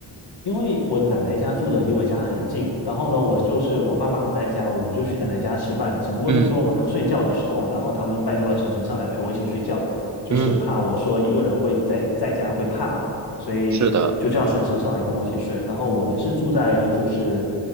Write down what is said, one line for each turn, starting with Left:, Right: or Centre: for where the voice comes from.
Left: 因为我奶奶家住的离我家很近，然后呢，我就是我爸妈不在家，我们就去奶奶家吃饭。只不过是说晚上睡觉的时候，
Right: 嗯
Left: 然后他们拜托了婶婶上来陪我一起睡觉，就是怕我说一个人会在在家会怕嘛，
Right: 嗯
Left: 所以就叫婶婶上来跟我一起睡。
Right: 是的，
Left: 然后我们是住在就是